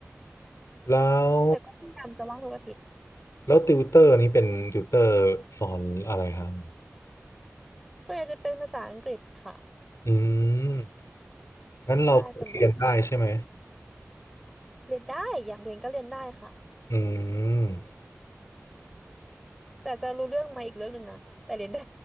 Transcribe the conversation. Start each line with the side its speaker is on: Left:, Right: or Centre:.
Left: แล้ว
Centre: แต่ก็พยายามจะว่างทุกอาทิตย์
Left: แล้วติวเตอร์นี้เป็นติวเตอร์สอนอะไรครับ
Centre: ส่วนใหญ่จะเป็นภาษาอังกฤษค่ะ
Left: อืม งั้นเราก็เรียนได้ใช่ไหม
Centre: ใช่ส่วนใหญ่เรียนได้อยากเรียนก็เรียนได้ค่ะ
Left: อืม
Centre: แต่จะรู้เรื่องมาอีกเรื่องหนึ่งนะแต่เรียนได้